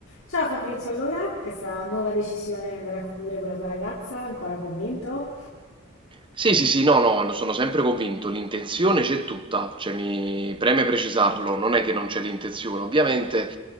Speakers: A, on the left; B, on the right.
A: Ciao Fabrizio, allora, questa nuova decisione di andare a convivere con la tua ragazza, ancora convinto?
B: Sì, sì, sì, no, no, sono sempre convinto, l'intenzione c'è tutta, cioè mi preme precisarlo, non è che non c'è l'intenzione, ovviamente